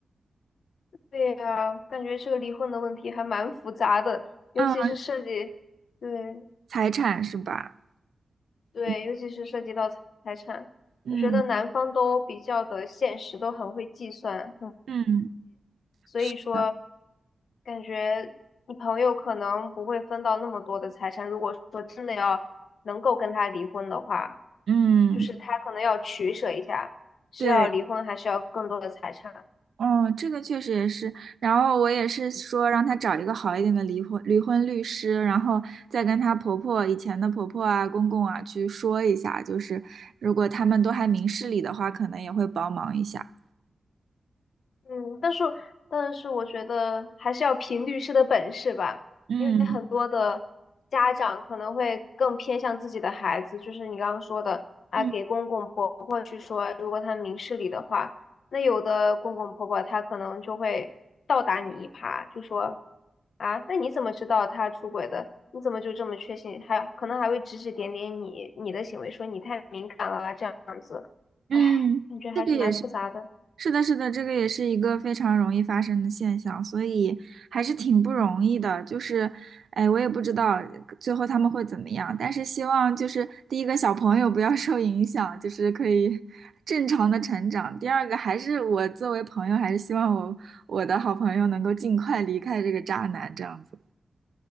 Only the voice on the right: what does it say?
嗯，
财产是吧？
嗯
嗯，
嗯
是的，
嗯，
对。嗯，这个确实也是。然后我也是说让她找一个好一点的离婚离婚律师，然后再跟她婆婆以前的婆婆啊、公公啊去说一下，就是如果他们都还明事理的话，可能也会帮忙一下。
嗯
嗯
嗯，
这个也是。是的，是的，这个也是一个非常容易发生的现象，所以还是挺不容易的。就是，哎，我也不知道最后他们会怎么样，但是希望就是第一个小朋友不要受影响，就是可以正常的成长。第二个还是我作为朋友，还是希望我我的好朋友能够尽快离开这个渣男这样子。